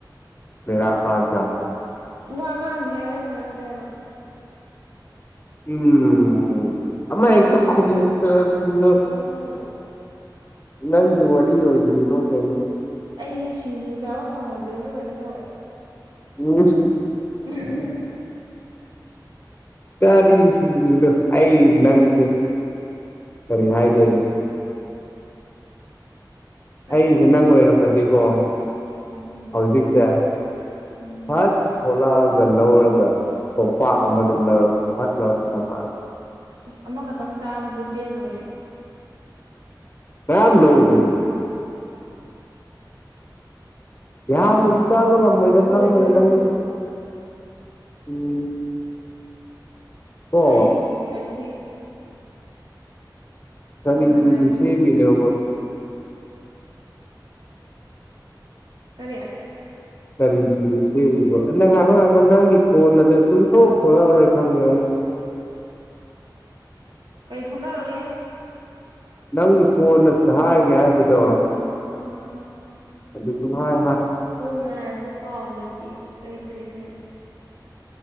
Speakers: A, on the left; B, on the right.
A: ꯂꯩꯔꯥꯛ ꯀꯥꯗ꯭ꯔꯥ
B: ꯋꯥ ꯉꯥꯡꯅꯤꯉꯥꯏ ꯂꯩꯁꯤꯜꯂꯛꯇ꯭ꯔꯦꯕ
A: ꯎꯝ ꯑꯃ
B: ꯋꯥꯔꯤ
A: ꯍꯦꯛꯇꯥ ꯈꯨꯝꯃꯨ ꯀꯔꯤꯅꯣ
B: ꯋꯥꯔꯤ ꯍꯧꯔꯛꯑꯣ
A: ꯅꯪꯒꯤ ꯋꯥꯔꯤ ꯑꯣꯏꯅꯥ ꯂꯩꯔꯛꯑꯣ ꯀꯩꯅꯣ
B: ꯑꯩ ꯁꯤꯡꯖꯨ ꯆꯥꯕ ꯐꯪꯉꯣꯏꯗꯣꯏꯔꯤꯔꯥ ꯀꯩꯅꯣꯝ ꯇꯧꯔꯦ
A: ꯎꯝ
B: <inaudible>
A: ꯇꯥꯗꯤ ꯁꯤꯒꯨꯝꯕꯗꯨꯗꯥ ꯑꯩ ꯅꯪꯁꯦ ꯀꯔꯤ ꯍꯥꯏꯗꯣꯏꯅꯣ
B: ꯀꯩꯕ
A: ꯑꯩꯁꯦ ꯅꯪ ꯑꯣꯏꯔꯝꯃꯗꯤꯀꯣ
B: ꯎꯝ
A: ꯍꯧꯖꯤꯛꯁꯦ
B: ꯎꯝ
A: ꯐꯠ ꯊꯣꯂꯥꯑꯒ ꯂꯧꯔꯒ ꯀꯣꯝꯄꯥꯛ ꯑꯃꯗ ꯂꯧꯔꯒ ꯐꯠ ꯂꯧꯔꯛꯑꯒ
B: ꯑꯃꯈꯛꯇꯪ ꯆꯥꯕꯗꯤ ꯄꯦꯜꯂꯣꯏꯌꯦ
A: ꯃꯌꯥꯝ ꯂꯧ ꯀꯩꯒꯤꯅꯣ ꯌꯥꯝꯅꯁꯨ ꯆꯥꯕ ꯉꯝꯃꯣꯏꯗꯥ
B: ꯂꯣꯏꯗꯣꯔꯣ
A: ꯈꯪꯉꯦꯅ ꯅꯪꯕꯨ
B: ꯁꯤꯕꯨ
A: ꯎꯝ ꯀꯣ
B: ꯑꯩꯒꯤ ꯉꯁꯤ
A: ꯀꯔꯤꯁꯤꯡꯖꯨ
B: ꯀꯣꯟꯅ ꯍꯥꯏꯔꯒꯦ
A: ꯁꯦꯝꯃꯤꯅꯣꯕ
B: ꯀꯔꯤ
A: ꯀꯔꯤꯁꯤꯡꯖꯨ ꯁꯦꯝꯃꯤꯕꯥ ꯅꯪ ꯉꯥꯍꯥꯛ ꯉꯥꯍꯥꯛꯇ꯭ꯪ ꯅꯪꯒꯤ ꯀꯣꯟ ꯑꯗꯨ ꯁꯨꯡꯊꯣꯛ ꯊꯣꯛꯂꯛꯑꯔꯣꯏ ꯈꯪꯉꯦ ꯑꯩ
B: ꯀꯩ ꯊꯣꯛꯂꯛꯑꯔꯣꯏꯌꯦ
A: ꯅꯪꯒꯤ ꯀꯣꯟꯅ ꯍꯥꯏꯒꯦ ꯍꯥꯏꯕꯗꯣ
B: ꯎꯝ
A: ꯑꯗꯨꯁꯨ ꯃꯥꯏ
B: ꯍꯣ ꯉꯥꯏꯕꯥꯗꯨ ꯀꯥꯎꯒꯔꯗꯤ ꯂꯩꯇꯔ꯭ꯦ ꯀꯩꯅꯣ